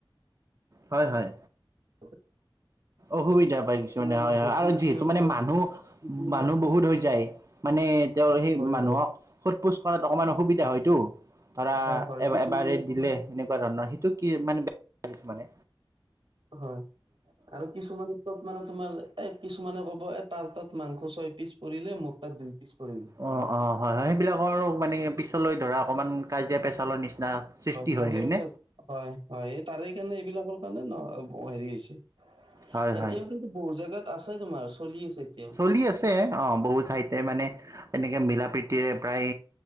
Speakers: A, on the right; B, on the right.
A: হয় হয়।
B: <unintelligible>
A: অসুবিধা পায় কিছুমানে
B: অলপ
A: হয় হয়
B: বেছিকেও
A: আৰু যিহেতু মানে
B: খায়
A: মানুহ
B: কিছুমানে
A: মানুহ বহুত হৈ যায়। মানে তেওঁৰ সেই
B: হয়
A: মানুহক
B: হয়
A: সোধ পোছ কৰাত অকণমান অসুবিধা হয়তো। ধৰা,
B: হয় হয়
A: এ
B: কিছুমানে
A: এবাৰে দিলে এনেকুৱা ধৰণৰ সেইটো কি মানে মানে।
B: হয় আৰু কিছুমান ত মানে তোমাৰ এ কিছুমানে ক'ব এ তাৰ তাত মাংস ছয় পিচ পৰিলে মোৰ তাত দুই পিচ পৰিলে
A: অ অ হয় হয় সেইবিলাকৰ মানে পিছলৈ ধৰা অকমান কাজিয়া পেচালৰ নিচনা নিচিনা সৃষ্টি
B: কাজিয়া
A: হয় হয়
B: পেচাল
A: নে
B: হয় হয় এই তাৰে কাৰণে এইবিলাকৰ কাৰণে ন হেৰি হৈছে
A: হয়
B: এতিয়াও
A: হয়
B: কিন্তু বহুত জেগাত আছে তোমাৰ চলি আছে এতিয়া
A: চলি আছে অ বহুত ঠাইতে মানে এনেকে মিলা প্ৰিতীৰে প্ৰায়